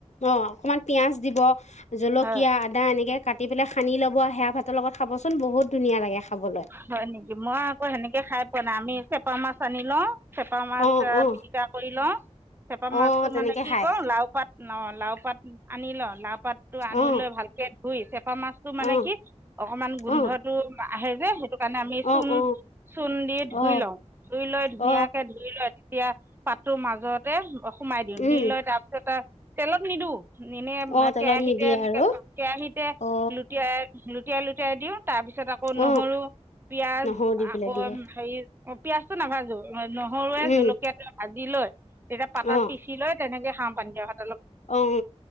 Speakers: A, on the left (about 75°); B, on the right (about 20°).
A: অ' অকমান পিয়য়াজ দিব জলকীয়া
B: হয়
A: আদা এনেকৈ কাটি পেলাই সানি ল'ব সেয়া ভাতৰ লগত খাবচোন বহুত ধুনীয়া লাগে। খাবলৈ
B: হয় নেকি, মই আকৌ সেনেকে খাই পোৱা নাই আমি চেপা মাছ আনি লওঁ। চেপা মাছ
A: অ অ
B: পিটিকা কৰি লওঁ, চেপা মাছতটো
A: অ তেনেকে
B: মানে কি
A: খাই
B: কওঁ লাও পাত অ' লাও পাত আনি লওঁ লাও পাতটো আনি
A: অ
B: লৈ ভালকে ধুই চেপা মাছতটো মানে
A: অ
B: কি অকমান গোন্ধটো
A: অ
B: আহে যে সেইটো কাৰণে আমি
A: অ
B: চূণ
A: অ
B: চূণ দি
A: অ
B: ধুই লওঁ ধুই লৈ ধুনীয়াকে
A: অ
B: ধুই লৈ তেতিয়া পাতৰ মাজতে সোমাই দিওঁ
A: উম
B: দি লৈ তাৰ পিছত তেলত নিদওঁ। এনে
A: অ তেলত
B: কেৰাহিতে
A: নিদিয়ে
B: এনেকে
A: আৰু
B: কেৰাহিতে
A: অ
B: লুটিয়াই লুটিয়াই লুটিয়াই দিও। তাৰ পিছত আকৌ
A: অ
B: নহৰু পিয়াজ
A: নহৰু দি পেলাই
B: আকৌ
A: দিয়ে
B: হেৰি অ' পিয়াজটো নাভাজো নহৰুৱে
A: উম
B: জলকীয়াটো ভাজি লৈ তেতিয়া পাতাত
A: অ
B: পিচি লৈ তেনেকে খাওঁ পানী দিয়া ভাত।
A: অ'